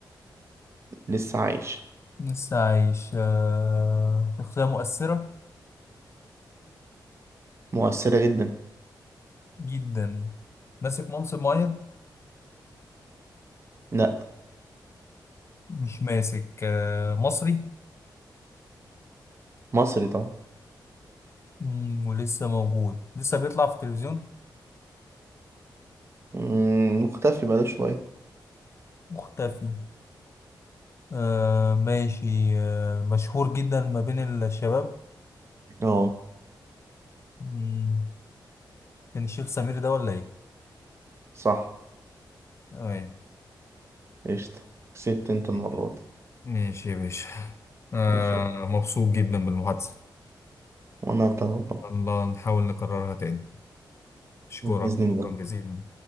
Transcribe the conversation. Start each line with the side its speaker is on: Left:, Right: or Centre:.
Right: لسه عايش
Left: لسه عايش آه. شخصية مؤثرة
Right: مؤثرة جدا
Left: جدا ماسك منصب معين
Right: لا
Left: مش ماسك آه، مصري
Right: مصري طبعا
Left: مم، ولسه موجود لسه بيطلع في التلفزيون
Right: مم، مختفي بقاله شوية
Left: مختفي آه ماشي آه مشهور جدا ما بين الشباب
Right: اه
Left: مم، كان الشيخ سمير ده ولا ايه؟
Right: صح
Left: تمام
Right: قشطة كسبت انت المرة
Left: ماشي
Right: دي
Left: ماشي يا باشا آه
Right: ماشي
Left: مبسوط جدا بالمحادثة
Right: وانا هغتها والله
Left: الله نحاول نكررها تاني أشكرك
Right: بإذن
Left: شكرا
Right: الله
Left: جزيلا